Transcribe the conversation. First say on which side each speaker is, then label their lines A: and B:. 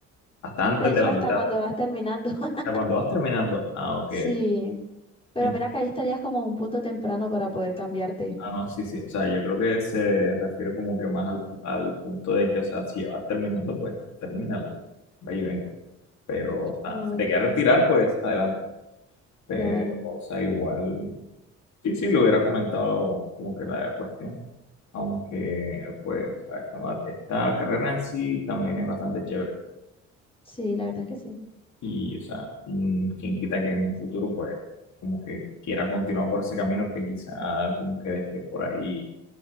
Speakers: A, on the left; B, on the left.
A: Hasta
B: Mm,
A: antes
B: De hecho,
A: de la
B: hasta
A: mitad,
B: cuando vas terminando. <laughs>
A: hasta cuando vas terminando. Ah, ok,
B: Sí, pero
A: ok.
B: mira que ahí estarías como a un punto temprano para poder cambiarte.
A: Ah, no, sí, sí. O sea, yo creo que se refiere como que más al, al punto de que, o sea, si ya vas terminando, pues termínala. Ahí venga. Pero, o sea,
B: Ah,
A: si
B: ok,
A: te quieres retirar, pues adelante. Pero,
B: claro.
A: o sea, igual, sí, sí, le hubiera comentado como que la cuestión. Aunque, pues, esta, ma- esta carrera en sí también es bastante chévere.
B: Sí, la verdad es que sí,
A: Y, o sea, mm, quien quita que en un futuro, pues, como que quiera continuar por ese camino que quizá como que dejé por ahí